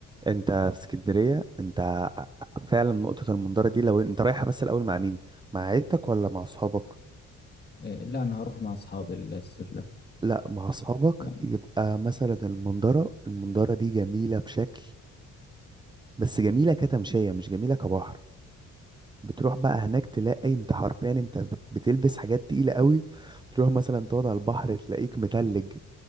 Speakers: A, on the right; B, on the left.
A: انت في اسكندرية انت فعلا نقطة المنظرة دي لو انت رايحة بس الأول مع مين مع عيلتك ولا مع أصحابك
B: آه، لا انا هروح مع اصحابي الصيف ده
A: لا مع أصحابك
B: يعني
A: يبقى مثلا المنظرة المنظرة دي جميلة بشكل بس جميلة كتمشية مش جميلة كبحر بتروح بقى هناك تلاقي انت حرفيا انت بت- بتلبس حاجات تقيلة قوي تروح مثلا تقعد على البحر تلاقيك متلج